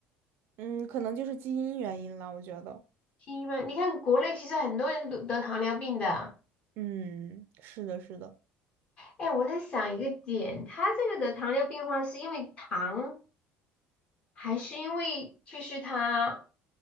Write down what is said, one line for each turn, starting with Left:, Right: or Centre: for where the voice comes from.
Right: 嗯，可能就是基因原因了，我觉得。
Left: 因为你看国内其实很多人都得糖尿病的。
Right: 嗯，是的，是的。
Left: 哎，我在想一个点，他这个得糖尿病的话，是因为糖，还是因为就是他，